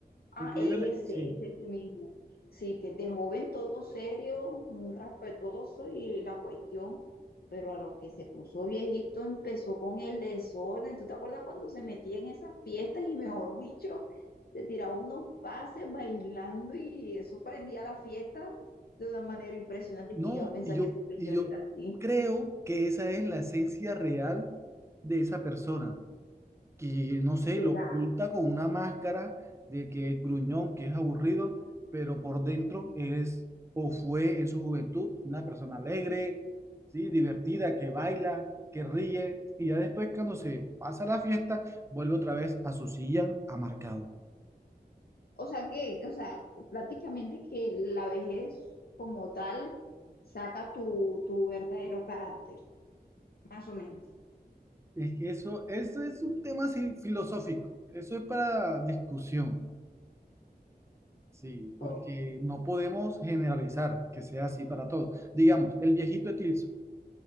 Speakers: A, on the left; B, on the right.
A: Ah,
B: El que
A: ese,
B: vive la- Sí.
A: ese, ese mismo. Sí, de, de joven todo serio, muy respetuoso y la cuestión, pero a lo que se puso viejito empezó con el desorden. ¿Tú te acuerdas cuando se metía en esas fiestas y mejor dicho, se tiraba unos pases bailando y eso prendía la fiesta de una manera impresionante?
B: No,
A: ¿Quién iba a pensar
B: y yo,
A: que ese señor
B: y yo
A: era así?
B: creo que esa es la esencia real de esa persona, que no sé,
A: ¿Será?
B: lo pinta con una máscara de que es gruñón, que es aburrido, pero por dentro es o fue en su juventud una persona alegre, ¿sí? divertida, que baila, que ríe, y ya después cuando se pasa la fiesta, vuelve otra vez a su silla amargado.
A: O sea que, o sea, prácticamente que la vejez como tal saca tu, tu verdadero carácter, más o menos.
B: Es que eso, eso es un tema así filosófico, eso es para discusión. Sí,
A: Por-
B: porque no podemos generalizar que sea así para todos. Digamos, el viejito de Tilso,